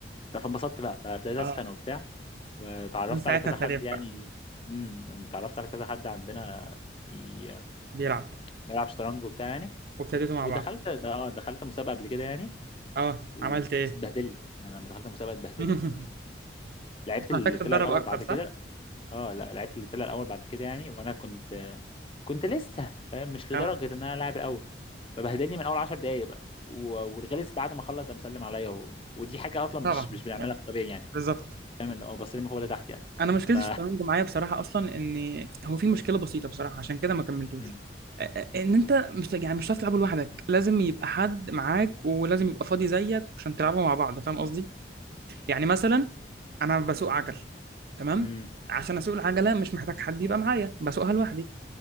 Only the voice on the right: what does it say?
اه
من ساعتها
ابتديت
بقى
بيلعب
وابتديتوا مع
بعض
اه
عملت ايه
<laughs>
كنت محتاج
تتدرب
اكتر
صح
اه
طبعا
بالظبط
انا مشكله
الشطرنج معايا بصراحه اصلا ان هو في مشكله بسيطه بصراحه عشان كده ما كملتوش
أ- أ- ان انت مش يعني مش هتعرف تلعبه لوحدك لازم يبقى حد معاك ولازم يبقى فاضي زيك عشان تلعبوا مع بعض فاهم قصدي يعني مثلا انا بسوق عجل تمام
عشان اسوق العجله مش محتاج حد يبقى معايا بسوقها لوحدي